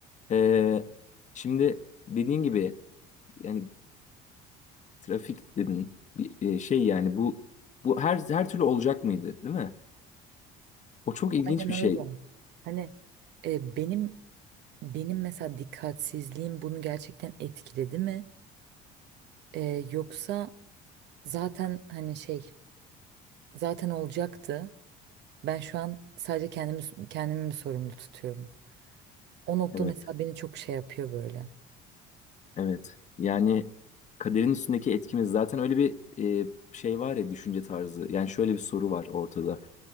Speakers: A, on the left; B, on the right.
A: Ee, şimdi dediğin gibi yani trafik dedin bir e, şey yani bu bu her her türlü olacak mıydı, değil mi? O çok ilginç
B: Aynen
A: bir şey.
B: öyle. Hani e, benim benim mesela dikkatsizliğim bunu gerçekten etkiledi mi? E, yoksa zaten hani şey zaten olacaktı. Ben şu an sadece kendimi kendimi mi sorumlu tutuyorum? O nokta
A: Evet,
B: mesela beni çok şey yapıyor böyle.
A: evet. Yani kaderin üstündeki etkimiz zaten öyle bir e, şey var ya düşünce tarzı. Yani şöyle bir soru var ortada.